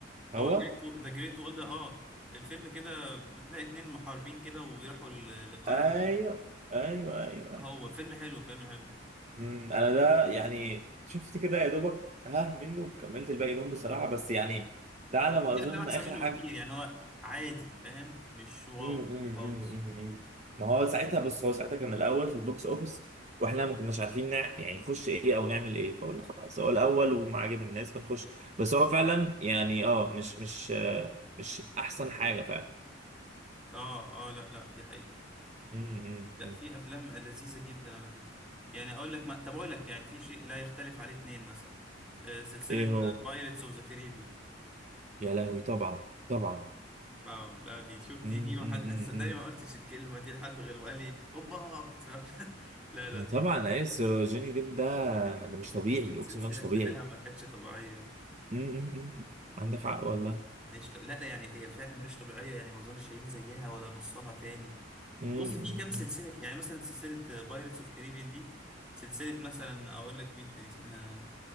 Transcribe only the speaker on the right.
هو
ايوه
ايوه ايوه
ايوه
أمم، انا ده يعني شفت كده يا دوبك ها منه وكملت الباقي نوم بصراحه بس يعني ده على
ما اظن
اخر
حاجه
مم، مم،
مم، مم. ما هو ساعتها بص هو ساعتها كان الاول في البوكس اوفيس واحنا ما كناش عارفين نع... يعني نخش ايه او نعمل ايه فقلنا خلاص هو الاول وما عجب الناس فنخش بس هو فعلا يعني اه مش مش آه، مش احسن حاجه فعلا
مم، مم،
مم.
ايه هو
يا لهوي طبعا طبعا
مم، مم،
مم،
مم.
ما
طبعا ايس جوني ديب ده ده مش طبيعي
اقسم بالله مش
طبيعي
مم، مم، مم. عندك حق والله
مم،
مم،
مم.